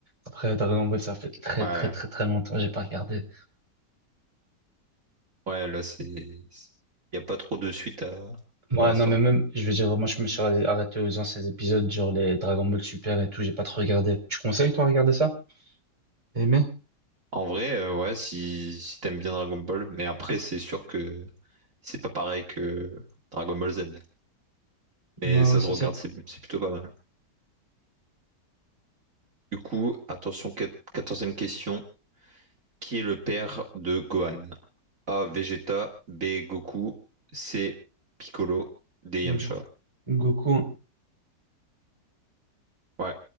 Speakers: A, on the right; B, on the right.
A: Après, Dragon Ball, ça fait très,
B: Ouais,
A: très, très, très longtemps. J'ai pas regardé.
B: ouais, là, c'est... Il n'y a pas trop de suite à...
A: Ouais,
B: pour l'instant.
A: non, mais même, je veux dire, moi, je me suis arrêté aux anciens épisodes, genre les Dragon Ball Super et tout, j'ai pas trop regardé. Tu conseilles, toi, à regarder ça? Aimé?
B: En vrai, euh, ouais, si, si t'aimes bien Dragon Ball, mais après, c'est sûr que c'est pas pareil que Dragon Ball Z. Mais
A: Non,
B: ça
A: ouais, c'est
B: se regarde,
A: ça.
B: c'est c'est plutôt pas mal. Du coup, attention, quat- quatorzième question. Qui est le père de Gohan? A. Vegeta, B. Goku, C. Piccolo, D.
A: Go-
B: Yamcha.
A: Goku, hein.
B: Ouais,